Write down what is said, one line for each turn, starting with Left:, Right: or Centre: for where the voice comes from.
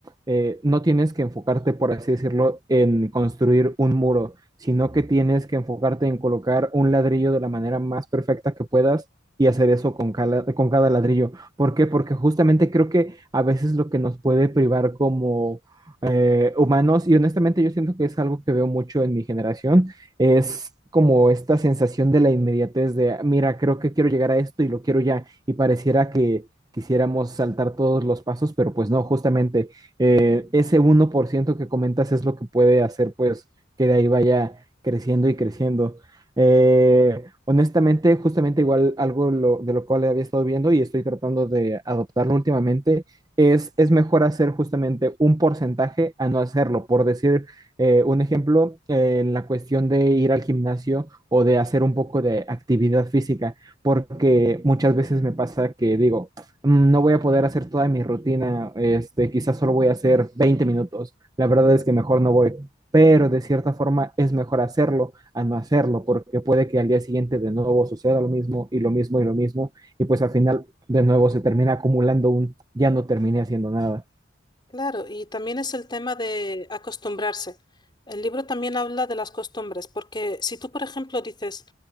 Right: eh, no tienes que enfocarte, por así decirlo, en construir un muro, sino que tienes que enfocarte en colocar un ladrillo de la manera más perfecta que puedas y hacer eso con cada, con cada ladrillo. ¿Por qué? Porque justamente creo que a veces lo que nos puede privar como eh, humanos, y honestamente yo siento que es algo que veo mucho en mi generación, es como esta sensación de la inmediatez de, "Ah, mira, creo que quiero llegar a esto y lo quiero ya, y pareciera que quisiéramos saltar todos los pasos, pero pues no, justamente eh, ese uno por ciento que comentas es lo que puede hacer pues que de ahí vaya creciendo y creciendo. Eh, honestamente, justamente igual algo lo- de lo cual había estado viendo y estoy tratando de adoptarlo últimamente, es, es mejor hacer justamente un porcentaje a no hacerlo, por decir eh, un ejemplo, eh, en la cuestión de ir al gimnasio o de hacer un poco de actividad física, porque muchas veces me pasa que digo, "Mm, no voy a poder hacer toda mi rutina, este, quizás solo voy a hacer 20 minutos, la verdad es que mejor no voy, pero de cierta forma es mejor hacerlo a no hacerlo, porque puede que al día siguiente de nuevo suceda lo mismo y lo mismo y lo mismo, y pues al final de nuevo se termina acumulando un ya no terminé haciendo nada.
Left: Claro, y también es el tema de acostumbrarse. El libro también habla de las costumbres, porque si tú, por ejemplo, dices,